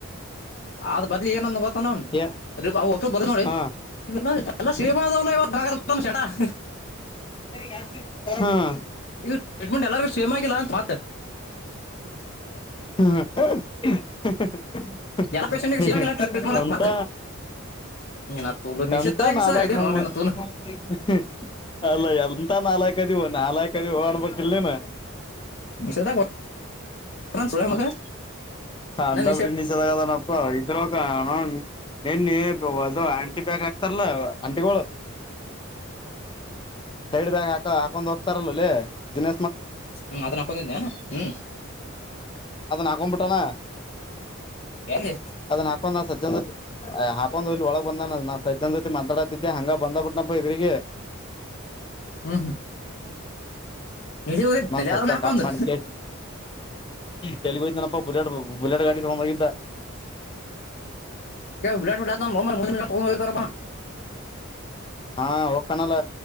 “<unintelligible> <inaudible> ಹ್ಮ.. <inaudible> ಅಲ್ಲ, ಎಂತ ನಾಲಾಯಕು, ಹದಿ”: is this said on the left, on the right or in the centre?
Left